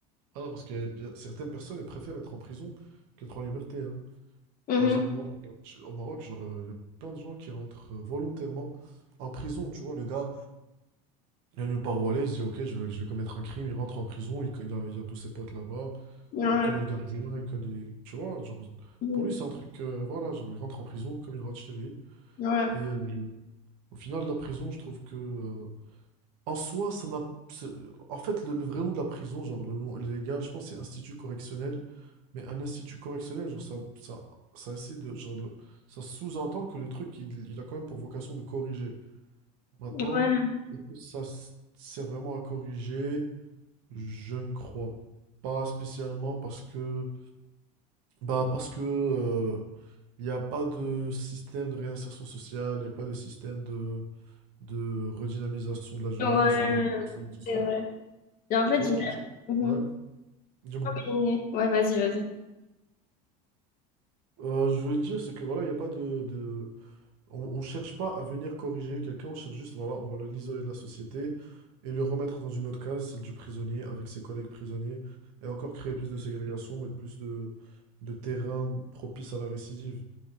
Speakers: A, on the right; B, on the left.
A: ah non, parce qu'il y a bien- certaines personnes, elles préfèrent être en prison qu'être en liberté. hein.
B: Mhm.
A: Par exemple, moi, je- au Maroc, genre, euh, il y a plein de gens qui rentrent euh, volontairement en prison. Tu vois, le gars, il a nulle part où aller, il se dit, ok, je vais, je vais commettre un crime, il rentre en prison, il, co- il a, il a tous ses potes là-bas.
B: Ouais.
A: Il connaît le Mhm. gardien, Mhm. il connaît les- Tu vois, genre,
B: Mhm.
A: pour lui, c'est un truc... euh, voilà, genre, il rentre en prison comme il rentre chez lui.
B: Ouais.
A: Et Mhm. euh, au final, la prison, je trouve que... euh, en soi, ça n'a... c'est- En fait, le, le vrai nom de la prison, genre, le nom légal, je pense, c'est Institut correctionnel. Mais un institut correctionnel, genre, ça, ça, ça essaie de... Genre, le- ça sous-entend que le truc, il, il a quand même pour vocation de corriger. Maintenant,
B: Ouais.
A: est-ce que ça s- sert vraiment à corriger? Je ne crois pas spécialement parce que... Bah parce que euh, il n'y a pas de système de réinsertion sociale, il n'y a pas de système de, de redynamisation de la jeunesse
B: Ouais.
A: ou bien...
B: C'est vrai.
A: <laughs>
B: Et en fait,
A: Tu
B: j'ai-
A: vois, genre-
B: Mhm.
A: ouais, dis-moi.
B: Oui. Ouais, vas-y, vas-y.
A: Euh, je voulais dire, c'est que voilà, il n'y a pas de, de... On, on cherche pas à venir corriger quelqu'un, on cherche juste, voilà, on va le- l'isoler de la société et le remettre dans une autre case, celle du prisonnier, avec ses collègues prisonniers, et encore créer plus de ségrégation et plus de, de terrain propice à la récidive.